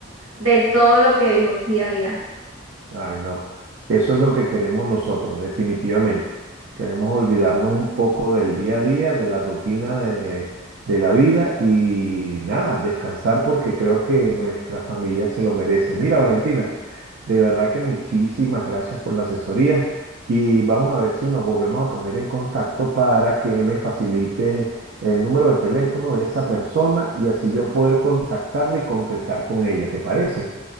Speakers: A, on the right; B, on the right.
A: de todo lo que vivo día a día.
B: Ay, no. Eso es lo que queremos nosotros, definitivamente. Queremos olvidarnos un poco del día a día, de la rutina de, de la vida y nada, descansar porque creo que nuestra familia se lo merece. Mira, Valentina, de verdad que muchísimas gracias por la asesoría y vamos a ver si nos volvemos a poner en contacto para que me facilites el número de teléfono de esa persona y así yo poder contactarla y concretar con ella. ¿Te parece?